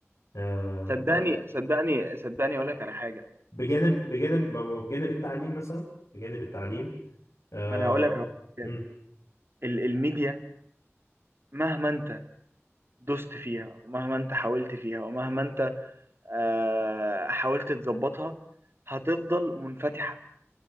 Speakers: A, on the left (about 90°); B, on the right (about 55°).
A: آه،
B: صدقني
A: ده
B: صدقني صدقني اقول لك على حاجه
A: بجانب بجانب ما هو بجانب التعليم مثلا بجانب التعليم آه
B: ما انا هقول لك على حاجة.
A: امم
B: ال- الميديا مهما انت دوست فيها ومهما انت حاولت فيها ومهما انت آه، حاولت تظبطها هتفضل منفتحه